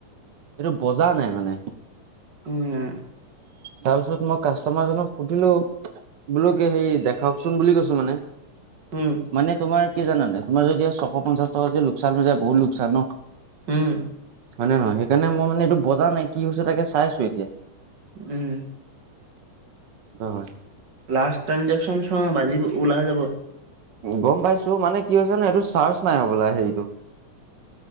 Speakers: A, on the right (about 65°); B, on the right (about 35°).
A: এইটো বজা নাই মানে।
B: উম।
A: তাৰ পিছত মই কাষ্টমাৰজনক সুধিলো, বোলো কি হেৰি দেখাওকচোন বুলি কৈছো মানে।
B: উম
A: মানে তোমাৰ কি জানা নাই, তোমাৰ যেতিয়া ছশ পঞ্চাশ টকা কে লোকচান হৈ যায় বহুত লোকচান ন'।
B: হুম।
A: হয় নে নহয়? সেইকাৰণে মই মানে এইটো বজা নাই কি হৈছে তাকে চাইছো এতিয়া। অ',
B: উম
A: হয়।
B: লাষ্ট ট্ৰেনজেকশ্যন চোৱা বাজিব, ওলাই যাব।
A: গম পাইছোঁ, মানে কি হৈছে জানোনে এইটো চাৰ্জ নাই হোবোলা হেৰিটো।